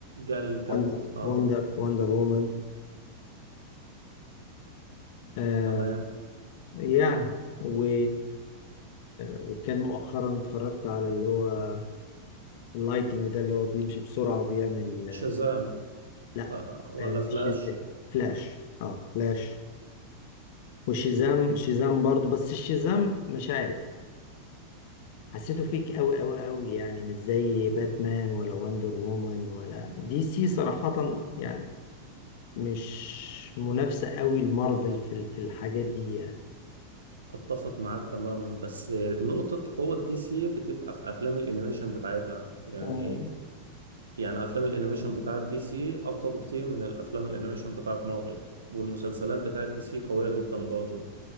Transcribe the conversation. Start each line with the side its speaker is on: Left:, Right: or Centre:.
Right: جال جادوت
Left: وندر
Right: اه
Left: وندر وندر وومن آه
Right: تمام
Left: يعني و... وكان مؤخرا اتفرجت على اللي هو اللايتنج ده اللي هو بيمشي بسرعة وبيعمل
Right: شازام
Left: لا
Right: آه. آه، ولا
Left: آه، مش
Right: فلاش
Left: شازام فلاش اه فلاش وشازام شازام برضه بس الشازام مش عارف حسيته فيك قوي قوي قوي يعني مش زي باتمان ولا وندر وومن ولا دي سي صراحة يعني مش منافسة قوي لمارفل في في الحاجات دي يعني.
Right: اتفق معاك تماما بس نقطة قوة دي سي بتبقى في افلام الانيميشن بتاعتها يعني
Left: مم.
Right: يعني افلام الانيميشن بتاعت دي سي اقوى بكتير من الافلام الانيميشن بتاعت مارفل والمسلسلات بتاعت دي سي قوية جدا برضه